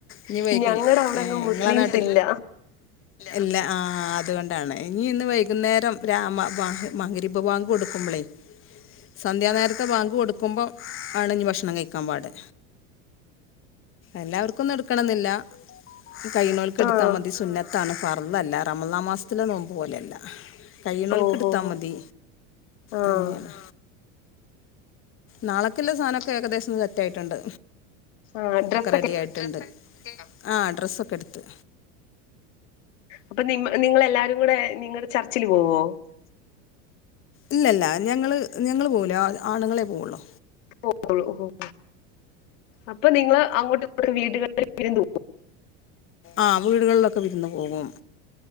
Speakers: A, on the left; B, on the left.
A: ഇനി വൈകും
B: ഞങ്ങെടവടെങ്ങും
A: നിങ്ങളെ
B: മുസ്ലീംസില്ല.
A: നാട്ടിൽ ഇല്ല ആ അത് കൊണ്ടാണ്. ഇനി ഇന്ന് വൈകുന്നേരം രാമാ മഗ് മഗരിബ് ബാങ്ക് കൊടുക്കുമ്പളേ സന്ധ്യാനേരത്തെ ബാങ്ക് കൊടുക്കുമ്പോ ആണ് ഇനി ഭക്ഷണം കഴിക്കാൻ പാട്. എല്ലാവർക്കൊന്നും എടുക്കെണന്നില്ല. ഇ കഴിയുണോൽക്ക് എടുത്താ
B: ആഹ്
A: മതി. സുന്നത്താണ് ഫ ഇന്നെല്ല. റമളാൻ മാസത്തിലെ നോമ്പ് പോലെയല്ല. കഴിയണോൽക്കെടു
B: ഓഹോ
A: ത്താമതി.
B: ആഹ്
A: അങ്ങനെയാണ്. നാളക്ക്ള്ള സാധനക്കെ ഏകദേശം സെറ്റായിട്ടൊണ്ട്.
B: ആഹ് ഡ്രസ്സൊക്കെ
A: ഒക്കെ റെഡിയായിട്ടൊണ്ട്. ആഹ്, ഡ്രസ്സൊക്കെയെടുത്ത്.
B: അപ്പ നിങ്ങ നിങ്ങളെല്ലാരും കൂടെ നിങ്ങള് ചർച്ചില് പോവോ?
A: ഇല്ലല്ല, ഞങ്ങള് ഞങ്ങള് പോവൂല്ല. ആണുങ്ങളെ പോവുള്ളു
B: <inaudible> അപ്പൊ നിങ്ങള് അങ്ങോട്ടും ഇങ്ങോട്ടും വീടുകളിൽ വിരുന്ന് പോവും
A: ആ വീടുകളിലൊക്കെ പോവും.